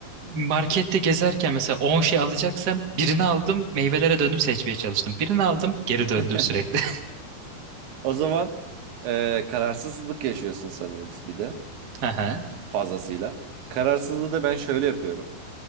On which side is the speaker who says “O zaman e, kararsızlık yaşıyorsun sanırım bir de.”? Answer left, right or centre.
Right